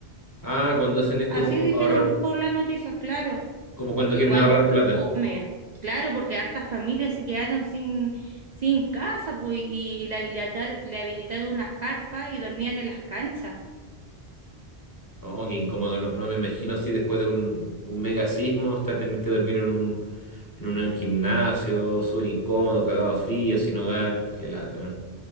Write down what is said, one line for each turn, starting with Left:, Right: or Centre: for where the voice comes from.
Left: Ah, cuando hacen esto
Right: Así
Left: como
Right: dijeron
Left: ahorrar,
Right: por las noticias, claro.
Left: como cuando
Right: Igual
Left: quieren ahorrar plata.
Right: fome. Claro, porque hartas familias se quedaron sin, sin casa pues, y le habilitar- le habilitaron unas carpas y dormían en las canchas.
Left: Oh, qué incómodo. No, no me imagino si después de un, un mega sismo está tener que dormir en un, en un gimnasio, súper incómodo, cagado frío, sin hogar. Qué lata. man.